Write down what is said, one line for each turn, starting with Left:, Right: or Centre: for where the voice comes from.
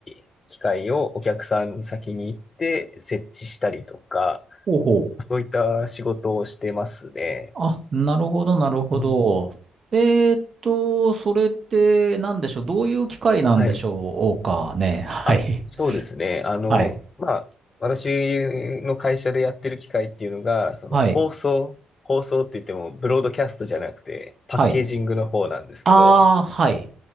Left: い機械をお客さん先に行って設置したりとか、
Right: ほうほう。
Left: そういった仕事をしてますね。
Right: あ、なるほど、なるほど。
Left: うん
Right: えーっと、それって、なんでしょう。どういう機会なんでしょうかね。
Left: はい。
Right: はい。
Left: あ、そうですね。あの、
Right: はい。
Left: まあ、私の会社でやってる機械っていうのが、その放送、
Right: はい。
Left: 放送って言ってもブロードキャストじゃなくて、パッケージングの方なんですけど、
Right: はい。ああ、はい。